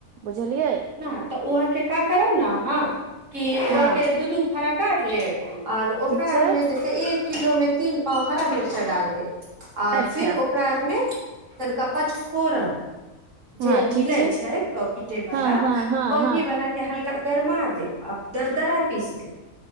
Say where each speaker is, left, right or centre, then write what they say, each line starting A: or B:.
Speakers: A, on the right; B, on the right.
A: बुझलियै
B: न तऽ उहाके का करब ने अहाँ कि ओहाके
A: हँ
B: दू दू फाड़ा काट लेब आओर ओकरा
A: ठीक
B: आरमे
A: छै
B: जैसे एक किलोमे तीन पाव हरा मिर्चा डाल देत आओर
A: अच्छा
B: फिर ओकरा आरमे तनिका पचफोरन जे
A: हँ
B: मिलै
A: ठीक
B: छै पॉकिटे वाला
A: हँ हँ हँ
B: ओहि
A: हँ
B: वाला के हल्का गरमा देव आ दरदरा पीस देेब